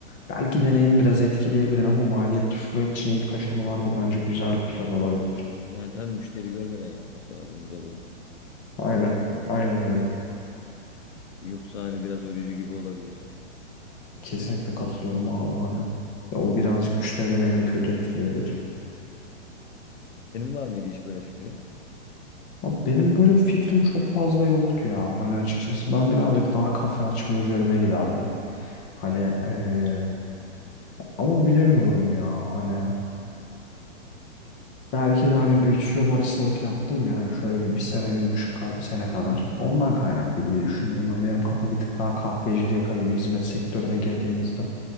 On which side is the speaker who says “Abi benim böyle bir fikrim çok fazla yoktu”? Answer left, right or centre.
Left